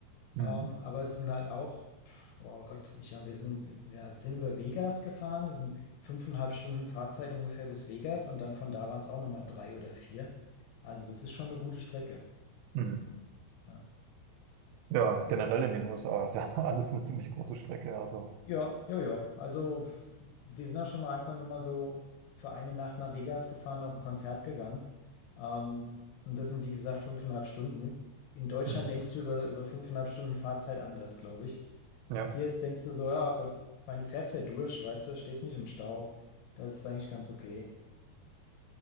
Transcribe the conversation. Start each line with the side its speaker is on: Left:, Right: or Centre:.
Right: Hm.
Left: Ähm, aber es sind halt auch, pf, oh Gott, ich meine, wir sind, wir sind über Vegas gefahren. Das sind fünfeinhalb Stunden Fahrzeit ungefähr bis Vegas und dann von da waren es auch nochmal drei oder vier. Also das ist schon eine gute Strecke.
Right: Hm.
Left: ne?
Right: Ja, generell in den USA ist ja <laughs> alles eine ziemlich große Strecke. Also,
Left: Ja, ja, ja. Also f- wir sind auch schon mal einfach nur mal so für eine Nacht nach Vegas gefahren, auf ein Konzert gegangen. Ähm, und das sind, wie gesagt, fünfeinhalb Stunden. In Deutschland
Right: hm.
Left: denkst du über, über fünfeinhalb Stunden Fahrzeit anders, glaube ich.
Right: Ja.
Left: Hier ist, denkst du so, ja Gott, ich meine, du fährst ja durch, weißt du, stehst nicht im Stau. Das ist eigentlich ganz okay.